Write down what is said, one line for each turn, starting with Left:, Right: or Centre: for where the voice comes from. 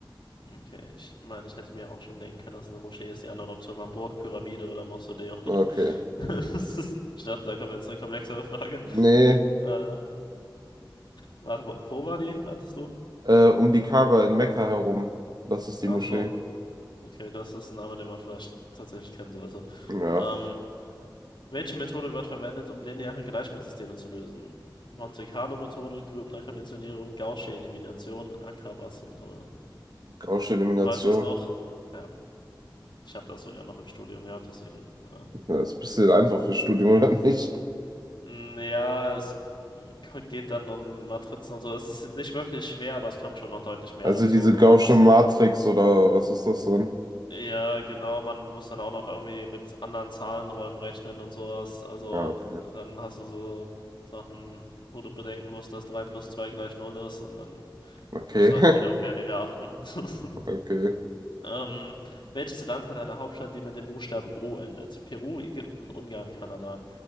Left: Okay, ich meine, ich hätte mir auch schon denken können, dass es eine Moschee ist. Die anderen Optionen waren Burg, Pyramide oder Mausoleum.
Right: Okay.
Left: <laughs> Das ist- Ich dachte, da kommt jetzt eine komplexere Frage.
Right: Nee,
Left: Äh, warte, wo, wo war die, meintest du?
Right: äh, um die Kaaba in Mekka herum. Das ist die
Left: Ach
Right: Moschee.
Left: so, okay, das ist ein Name, den man vielleicht tatsächlich kennen sollte.
Right: Ja,
Left: Ähm, Welche Methode wird verwendet, um lineare Gleichungssysteme zu lösen? Monte-Carlo-Methode, Grübner-Konditionierung, Gaußsche Elimination, Akrabazi-Methode.
Right: gausche Elimination.
Left: Weißt du es noch? Ja, ich habe das sogar noch im Studium gehabt, deswegen. Ja,
Right: Das ist ein bisschen einfach für Studium, oder nicht?
Left: Mm, ja es geht dann um Matrizen und so. Es ist nicht wirklich schwer, aber es kommt schon noch deutlich mehr
Right: Also
Left: dazu.
Right: diese
Left: Und
Right: gausche
Left: man muss,
Right: Matrix oder was ist das denn?
Left: ja, genau, man muss dann auch noch irgendwie mit anderen Zahlenräumen rechnen und sowas. Also,
Right: Ah, okay.
Left: dann hast du so Sachen, wo du bedenken musst, dass 3 plus 2 gleich null ist und dann
Right: Okay.
Left: Musst du
Right: <laughs>
Left: heute wieder auf mehr Dinge achten. <laughs>
Right: Okay.
Left: Ähm, welches Land hat eine Hauptstadt, die mit dem Buchstaben O endet? Peru, Ägypten, Ungarn, Kanada.